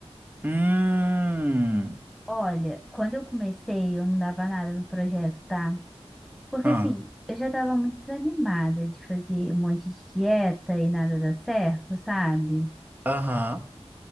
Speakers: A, on the right; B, in the centre.
A: hum.
B: Olha, quando eu comecei, eu não dava nada no projeto, tá? Porque
A: Ah,
B: assim, eu já tava muito desanimada de fazer um monte de dieta e nada dar certo, sabe?
A: aham,